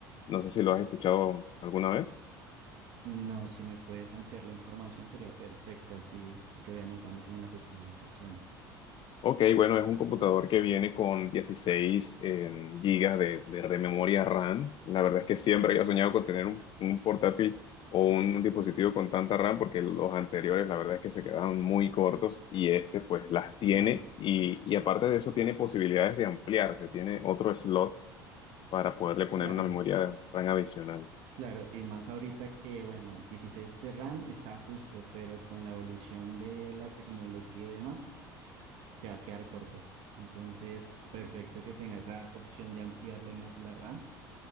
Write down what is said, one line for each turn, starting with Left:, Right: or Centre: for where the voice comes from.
Left: No sé si lo has escuchado alguna vez.
Right: No, si me puedes ampliar la información sería perfecto, así yo voy anotando como las especificaciones.
Left: Ok, bueno, es un computador que viene con 16 eh, gigas de, de, de memoria RAM. La verdad es que siempre había soñado con tener un, un portátil o un dispositivo con tanta RAM porque los anteriores la verdad es que se quedaban muy cortos y este pues las tiene
Right: Sí,
Left: y, y aparte de eso tiene posibilidades de ampliarse, tiene otro slot para poderle poner
Right: claro,
Left: una memoria RAM adicional.
Right: claro, y más ahorita que, bueno, 16 de RAM está justo, pero con la evolución de la tecnología y demás, se va a quedar corto. Entonces, perfecto que tenga esa opción de ampliarle más la RAM,